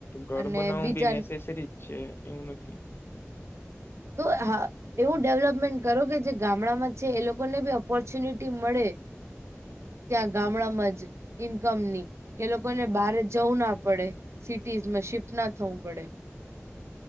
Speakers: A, on the left; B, on the right.
A: ઘર
B: અને
A: બનાવવું
B: બીજા
A: બી નેસેસરીજ છે એવું નથી.
B: તો હા. એવું ડેવલપમેન્ટ કરો કે જે ગામડામાં છે. એ લોકોને બી ઓપોર્ચ્યુનિટી મળે. ત્યાં ગામડામાં જ ઈન્કમ ની એ લોકોને બહારે જવું ના પડે. સિટીઝમાં શિફ્ટ ના થવું પડે.